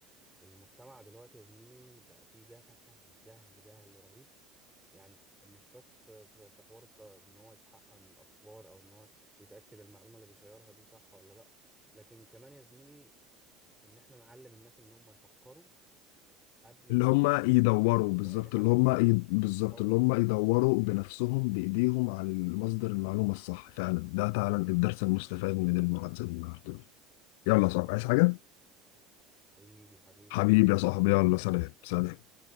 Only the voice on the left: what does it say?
اللي هم
يدوروا بالظبط
اللي هم
ي... بالظبط
اللي هم يدوروا بنفسهم بإيديهم على مصدر المعلومة الصح فعلا ده فعلا الدرس المستفاد من المحادثة دي النهاردة يلا
يا صاحبي عايز حاجة؟
حبيبي
يا صاحبي يلا سلام سلام